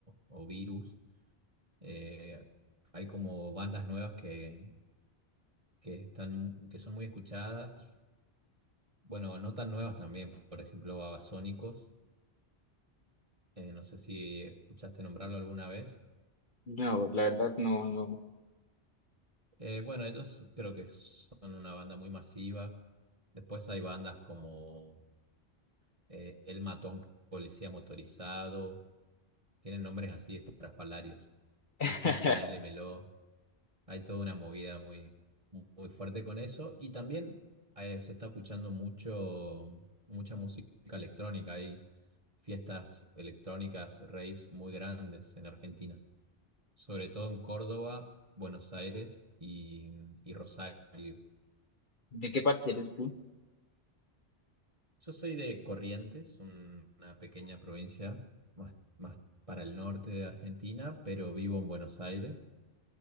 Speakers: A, on the right; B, on the left.
A: o Virus, eh, hay como bandas nuevas que, que están, que son muy escuchadas, bueno, no tan nuevas también, por ejemplo, Babasónicos, eh, no sé si escuchaste nombrarlo alguna vez.
B: No, la verdad no, no.
A: Eh, bueno, ellos creo que son una banda muy masiva. Después hay bandas como eh, Él mató a un policía motorizado Tienen nombres así estrafalarios.
B: <laughs>
A: Usted señálemelo. Hay toda una movida muy, muy fuerte con eso. Y también eh, se está escuchando mucho, mucha música electrónica. Hay fiestas electrónicas, raves muy grandes en Argentina. Sobre todo en Córdoba, Buenos Aires y, y Rosario.
B: ¿De qué parte eres tú?
A: Yo soy de Corrientes, un- una pequeña provincia más, más para el norte de Argentina, pero vivo en Buenos Aires.